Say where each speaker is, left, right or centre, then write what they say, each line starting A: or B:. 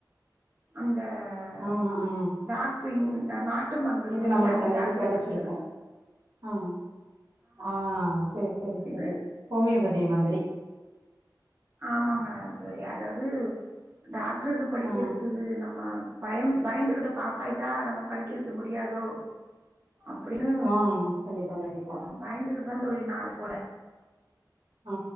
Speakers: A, on the right (about 30°); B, on the right (about 65°).
A: அந்த
B: ஆ
A: த
B: ஆ
A: டாக்டர் ன் நாட்டு மருந்து இருக்குங்கல்ல
B: இது நம்மளுக்கு
A: அந்த டாக்டர்க்கு
B: இது கெடச்சிருக்கு
A: படிச்சிருக்கலா
B: ஆ ஆ செரி செரி செரி
A: இது
B: ஹோமியோபதி மாதிரி
A: ஆமாங்க தோழி அதாவது டாக்டருக்கு படிக்கிறதுக்கு
B: ஆ
A: நம்ம பயம் பயந்துகிட்டு பாஸ் ஆயிட்டா நம்ம படிக்க வைக்க முடியாதோ அப்படின்னு
B: ம் கண்டிப்பா கண்டிப்பா
A: பயந்துகிட்டு தா தோழி நா அதப் போட
B: ஆ